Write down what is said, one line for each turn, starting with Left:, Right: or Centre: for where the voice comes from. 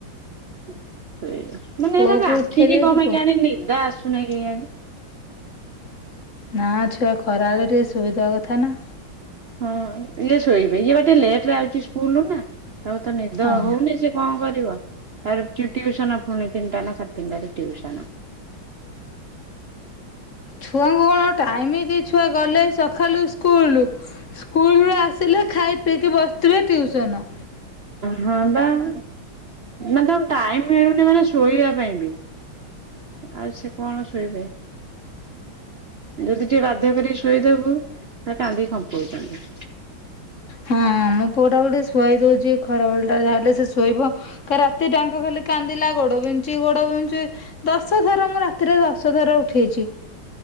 Right: ସେଇବା ମାନେ
Left: ପୁଅକୁ
Right: ଏମାନଙ୍କ ଆଖିକି
Left: ଉଠେଇ ଦେଇକି
Right: କଣ ପାଇଁ
Left: ପୁଅ
Right: କେଆଣି ନିଦ ଆସୁନି କେଆଣି?
Left: ନା ଛୁଆ ଖରା ବେଳେ ଟିକେ ସୋଇବା କଥା ନା।
Right: ହଁ ଇଏ ଶୋଇବେ ଇଏ ବା ଲେଟ୍ ରେ ଆଉଛି ସ୍କୁଲରୁ ନା ତ ନିଦ
Left: ଓହୋ
Right: ହଉନି ସେ କଣ କରିବ ତାର ଟିଉସନ ପୁଣି ତିନିଟା ନା ସାଢେ଼ ତିନଟାରେ ଟ୍ୟୁସନ।
Left: ଛୁଆଙ୍କୁ କଣ ଟାଇମ କି ଛୁଆ ଗଲେ ସଖାଲୁ ସ୍କୁ ସ୍କୁଲୁ ସ୍କୁଲରୁୁ ଆସିଲେ ଖାଇ ପିଇକି ବସିଥିବେ ଟିଉସନ।
Right: ହଁ ବା ମାନେ ତାକୁ ଟାଇମ ମିଳୁନି ମାନେ ଶୋଇବା ପାଇଁ ବି। ଆଉ ସେ କଣ ଶୋଇବେ। ଯଦି ଟିକେ ବାଧ୍ୟ କରିକି ଶୁଏଇଦବୁ ତା କାନ୍ଦିକି ଖମ୍ପଉଛନ୍ତି।
Left: ହଁ ମୁଁ ପୁଅଟା କୁ ଟିକେ ଶୁଆଇ ଦଉଛି ଖରାବେଳ ଟାରେ ଯାହେଲେ ସେ ଶୋଇବ। କାଲି ରାତି ଟା ଙ୍କ ଖାଲି କାନ୍ଦିଲା ଗୋଡ଼ ବିନ୍ଧୁଛି ଗୋଡ଼ ବିନ୍ଧୁଛି। ଦଶଥର ମୁଁ ରାତିରେ ଦଶ ଥର ଉଠେଇଛି।